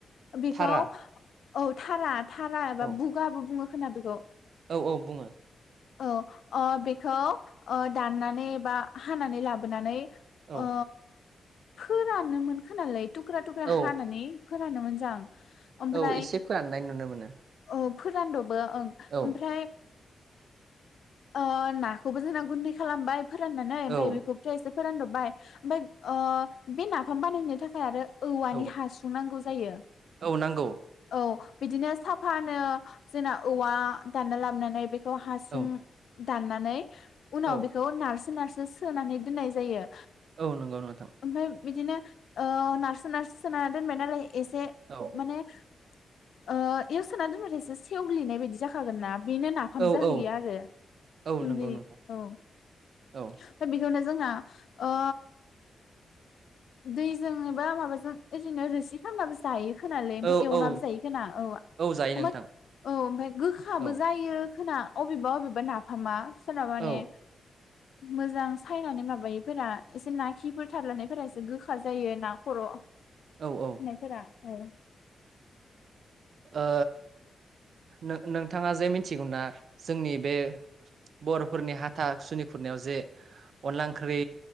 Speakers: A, on the left; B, on the right.
A: बेखौ
B: थारा
A: औ धारा धारा एबा
B: औ
A: बु गाबो बुङो खोमा बेखौ।
B: औ औ बुङो।
A: औ ओ बेखौ ओ दाननानै बा हानानै लाबोनानै
B: औ
A: ओ फोरानोमोन खोमालै थुख्रा थुख्रा
B: औ
A: हानानै। फोरानो मोनजांं ओमफ्राय
B: औ एसे फोराननाय नुनो मोनो
A: ओ फोरानदबो ओं
B: औ
A: ओमफ्राय ओ नाखौबो जोंना गुन्दै खालामबाय फोराननानै ओमफ्राय
B: औ
A: बेखौ खौ एसे फोरानदबबाय ओमफ्राय ओ बे नाफाम बानायनो थाखाय आरो औवानि
B: औ
A: हासुं नांगौ जायो।
B: औ नांगौ।
A: औ बिदिनो साफानो जोंना औवा दानना लाबोनानै बे खौ हासुं
B: औ
A: दाननानै उनाव
B: औ
A: बे खौ नारसो नारसो सोनानै दोननाय जायो।
B: औ नंगौ नोंथां।
A: ओमफ्राय बिदिनो ओ‌ नारसो‌ नारसो‌ सोना दोनबाय नालाय एसे
B: औ।
A: माने ओ‌ एआव सोना दोनबाथाय एसे सेवग्लिनाय बायदि जाखागोन ना बेनो ना नाफाम
B: औ
A: जाहैयो
B: औ
A: आरो।
B: औ
A: गुन्दै
B: नंगौ नोंथां
A: औ ओमफ्राय
B: औ
A: बेखौनो जोंना ओ दैजों एबा माबाजों एरैन रोसि खामनाबो जायो खोमालै ओमफ्राय
B: औ
A: एवनाबो
B: औ
A: जायो खोमा औ।
B: जायो
A: ओमफ्राय
B: नोंथां
A: औ ओमफ्राय गोखाबो
B: औ
A: जायो खोना। अबेबा अबेबा नाफामा सोरनाबा माने
B: औ
A: मोजां सायनानै माबायैफोरा एसे ना खिफोर थालानायफोरा एसे गोखा जायो ना खर'
B: औ औ।
A: <unintelligible>
B: ओ नों नोंथाङा जे मिथिगौना जोंनि बे बर'फोरनि हाथा सुनि खुरनायाव जे अनला ओंख्रि